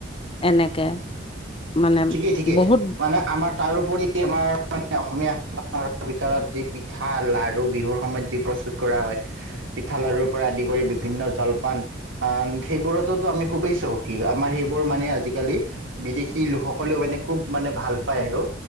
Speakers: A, on the left; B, on the right.
A: এনেকে, মানে
B: ঠিকেই ঠিকেই
A: বহুত
B: মানে আমাৰ তাৰোপৰি, আমাৰ মানে, অসমীয়া ভিতৰত যি পিঠা, লাৰু বিহুৰ সময়ত যি প্ৰস্তুত প্ৰস্তুত কৰা হয়। পিঠা লাৰুৰ পৰা আদি কৰি, বিভিন্ন জলপান। <unintelligible> সেইবোৰতোতো আমি খুবেই চহকী। আমাৰ সেইবোৰ মানে, আজিকালি বিদেশী লোকসকল সকলেও মানে, খুউব মানে, ভাল পায় আৰু।